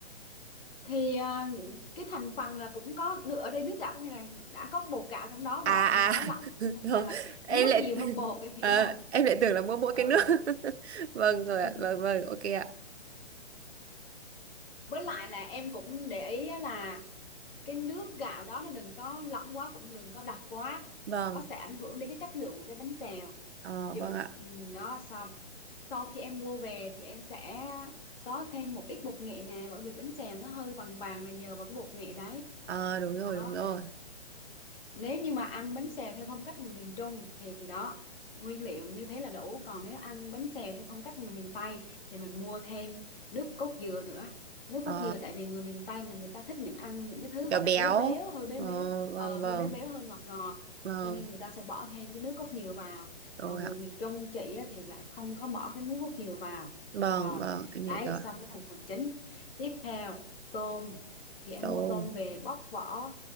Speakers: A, on the left; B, on the right.
A: thì ờ, cái thành phần là cũng có nữa ở đây nước gạo có nghĩa là đã có bột gạo trong đó rồi
B: à
A: nhưng mà nó
B: à
A: lỏng
B: <laughs>
A: thành
B: Rồi,
A: ra là
B: em
A: nước
B: lại
A: nhiều
B: <laughs>
A: hơn bột em hiểu
B: Ờ,
A: không
B: em lại tưởng là mua mỗi
A: ừ
B: cái nước <laughs> vâng
A: <laughs>
B: rồi ạ vâng vâng ok ạ
A: với lại là em cũng để ý á là cái nước gạo đó nó đừng có lỏng quá cũng đừng có đặc quá
B: vâng
A: nó sẽ ảnh hưởng đến cái chất lượng của cái bánh xèo
B: ờ
A: Dự,
B: vâng ạ
A: ừ, đó xong sau khi em mua về thì em sẽ có thêm một ít bột nghệ nè bởi vì bánh xèo nó hơi vàng vàng là nhờ vào cái bột nghệ đấy
B: ờ đúng rồi
A: đó
B: đúng rồi
A: nếu như mà ăn bánh xèo theo phong cách người miền Trung thì đó nguyên liệu như thế là đủ còn nếu ăn bánh xèo theo phong cách người miền Tây thì mình mua thêm nước cốt dừa nữa nước
B: ờ
A: cốt dừa tại vì người miền Tây là người ta thích những ăn những cái thứ
B: béo
A: gọi là
B: béo
A: béo béo hơi béo
B: ờ
A: béo
B: vâng
A: ờ hơi
B: vâng
A: béo béo hơi ngọt ngọt
B: vâng
A: cho nên người ta sẽ bỏ thêm cái nước cốt dừa vào
B: rồi
A: còn người
B: ạ
A: miền Trung chị á, thì lại không có bỏ cái nước cốt dừa vào
B: vâng
A: rồi
B: vâng em
A: đấy
B: hiểu rồi
A: xong cái thành phần chính tiếp theo tôm thì em
B: tôm
A: mua tôm về bóc vỏ